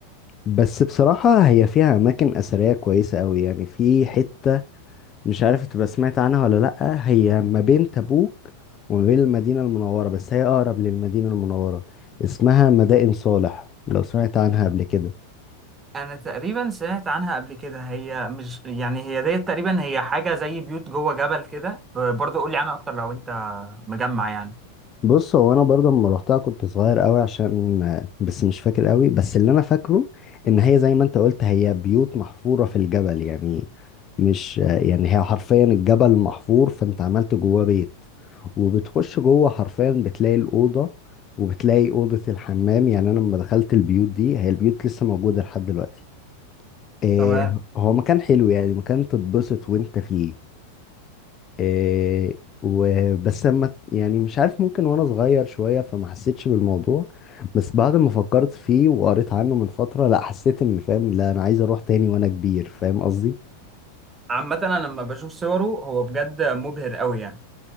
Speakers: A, on the left; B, on the right.
A: بس بصراحة هي فيها أماكن أثرية كويسة أوي يعني في حتة مش عارف تبقى سمعت عنها ولا لأ هي ما بين تبوك وما بين المدينة المنورة بس هي أقرب للمدينة المنورة اسمها مدائن صالح لو سمعت عنها قبل كده
B: انا تقريبا سمعت عنها قبل كده هي مش يعني هي ديت تقريبا هي حاجه زي بيوت جوه جبل كده أه، برضه قول لي عنها اكتر لو انت مجمع يعني
A: بص هو انا برضه لما روحتها كنت صغير قوي عشان بس مش فاكر قوي بس اللي انا فاكره ان هي زي ما انت قلت هي بيوت محفورة في الجبل يعني مش يعني هي حرفيا الجبل محفور فانت عملت جواه بيت وبتخش جوه حرفيا بتلاقي الأوضة وبتلاقي أوضة الحمام يعني انا لما دخلت البيوت دي هي البيوت لسه موجودة لحد دلوقتي إيه
B: تمام
A: هو مكان حلو يعني مكان تتبسط وانت فيه إيه وبس لما يعني مش عارف ممكن وانا صغير شوية فما حسيتش بالموضوع بس بعد ما فكرت فيه وقريت عنه من فترة لا حسيت ان فاهم لا انا عايز اروح تاني وانا كبير فاهم قصدي
B: عامه انا لما بشوف صوره هو بجد مبهر قوي يعني